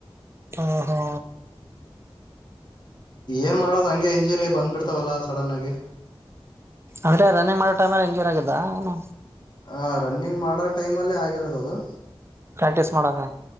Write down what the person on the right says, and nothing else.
ಹಾ ಹಾ
ಅದ್ರೆ ರನ್ನಿಂಗ್ ಮಾಡೋ ಟೈಮ್ ಅಲ್ಲಿ ಇಂಜೂರ್ ಆಗಿದ್ದ ಏನೂ.
ಪ್ರಾಕ್ಟೀಸ್ ಮಾಡಾಗ.